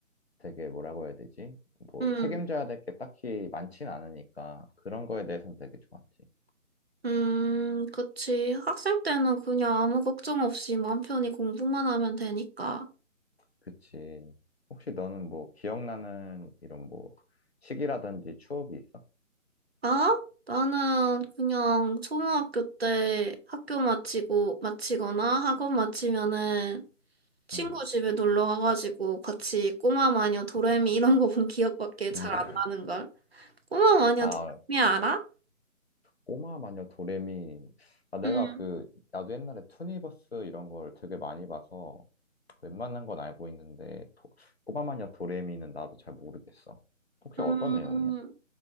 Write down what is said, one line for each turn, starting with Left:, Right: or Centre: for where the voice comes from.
Left: 되게 뭐라고 해야 되지? 뭐
Right: 응.
Left: 책임져야 될 게 딱히 많진 않으니까 그런 거에 대해서는 되게 좋았지.
Right: 음, 그치. 학생 때는 그냥 아무 걱정 없이 맘 편히 공부만 하면 되니까.
Left: 그치. 혹시 너는 뭐 기억나는 이런 뭐 시기라든지 추억이 있어?
Right: 아? 나는 그냥 초등학교 때 학교 마치고, 마치거나 학원 마치면은 친구
Left: 응.
Right: 집에 놀러 가가지고 같이 꼬마 마녀 도레미 이런 거 본 기억밖에 잘
Left: 응. <laughs>
Right: 안 나는걸. 꼬마 마녀
Left: 아,
Right: 도레미 알아?
Left: 꼬마 마녀 도레미. 아, 내가
Right: 음,
Left: 그, 나도 옛날에 투니버스 이런 걸 되게 많이 봐서 웬만한 건 알고 있는데, 도- 꼬마 마녀 도레미는 나도 잘 모르겠어. 혹시
Right: 음,
Left: 어떤 내용이야?